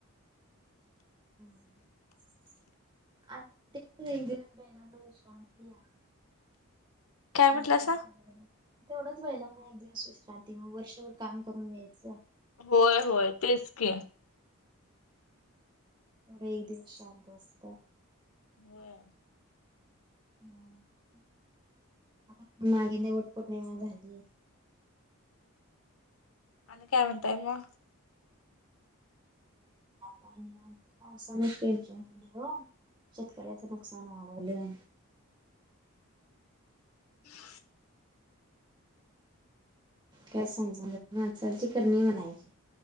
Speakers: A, on the right; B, on the left.
A: हम्म आ एक बणाला विश्रांती या <inaudible>
B: काय
A: वर्ष
B: म्हटलंसा?
A: तेवढंच बैलांना एक दिवस विश्रांती. ते या वर्षभर काम करून घ्यायचं
B: होय होय तेच की
A: तेवढ एक दिवस शांत असतात.
B: व्हय.
A: ह आता मागिद्या वट पौर्णिमा झाली.
B: आणि काय म्हणताय म
A: काय नाही पावसाने टेन्शन केले हो शेतकऱ्याच नुकसान व्हाय लागलेय.
B: हम् <inaudible>
A: काय समज जी करणी म्हनायची.